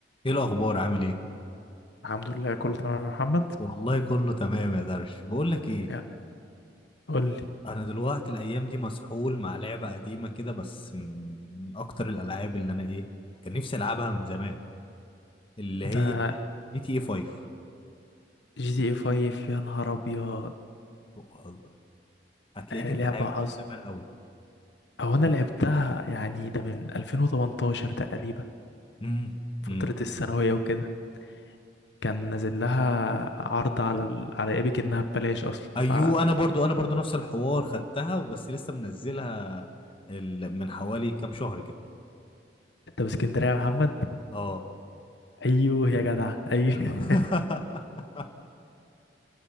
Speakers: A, on the left; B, on the left.
A: ايه الاخبار عامل ايه
B: الحمد لله كله تمام يا محمد
A: والله كله تمام يا درش بقول لك ايه
B: يا قول لي
A: انا دلوقتي الايام دي مسحول مع لعبه قديمه كده بس من اكتر الالعاب اللي انا ايه كان نفسي العبها من زمان اللي هي
B: ده
A: جي تي اي 5
B: جي تي اي 5 يا نهار ابيض
A: والله هتلاقيك
B: آه،
A: انت
B: لعبة
A: لعبها
B: عظم
A: من زمان قوي
B: او انا لعبتها يعني ده من 2018 تقريبا
A: امم
B: فترة
A: امم
B: الثانوية وكده كان نازل لها عرض على ال... على ايبك انها ببلاش اصلا
A: ايوه
B: ف
A: انا برضو انا برضو نفس الحوار خدتها وبس لسه منزلها ال- من حوالي كام شهر كده
B: انت باسكندرية يا محمد
A: اه
B: ايوه يا جدع ايوه
A: <laughs>